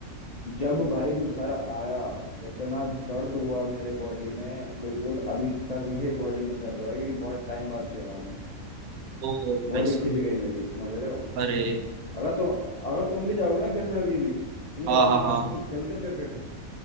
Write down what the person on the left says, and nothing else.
जब भाई मैं घर आया इतना दर्द हुआ मेरे बॉडी में बिल्कुल अभी तक मेरी बॉडी में दर्द हो रहा है क्योंकि बहुत टाइम बाद खेला हूँ मैं
बॉडी
खिंच गई मेरी समझ रहे हो
अगर तुम अगर तुम भी जाओगे ना खेलने अभी भी तुम ये
बताओ
तुम
तुम खेलते हो क्रिकेट